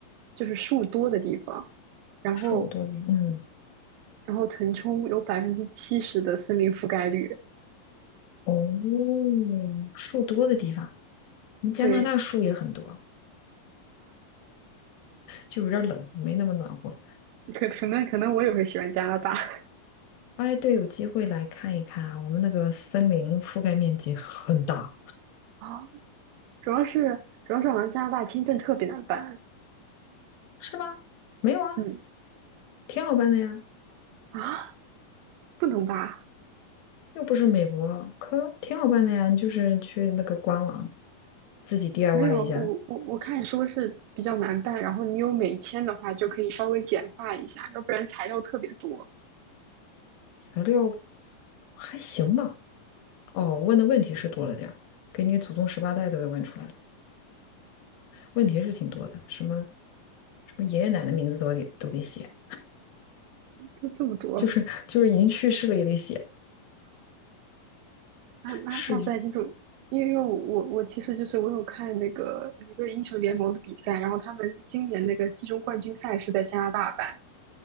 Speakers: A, on the right; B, on the left.
A: 就是树多的地方，然后
B: 树多的，嗯。
A: 然后腾冲有百分之七十的森林覆盖率。
B: 哦，树多的地方，我们加拿大树也很多，
A: 对，
B: 就有点儿冷，没那么暖和。
A: 可可能可能我也会喜欢加拿大 <laughs>
B: 哎，对，有机会来看一看啊，我们那个森林覆盖面积很大，
A: 啊，主要是主要是好像加拿大签证特别难办。
B: 是吗？没有啊，
A: 嗯
B: 挺好办的呀，
A: 啊，不能吧？
B: 又不是美国，可挺好办的呀，你就是去那个官网自己 DIY
A: 没有，
B: 一下，
A: 我我我看说是比较难办，然后你有美签的话就可以稍微简化一下，要不然材料特别多，
B: 材料还行吧。哦，问的问题是多了点儿，给你祖宗十八代都给问出来了，问题是挺多的，什么什么爷爷奶奶名字都得都得写。
A: 就这么多，
B: 就是就是已经去世了也得写，
A: 那那那不太清楚。
B: 是一，
A: 因为因为我我我其实就是我有看那个有一个英雄联盟的比赛，然后他们今年那个季中冠军赛是在加拿大办，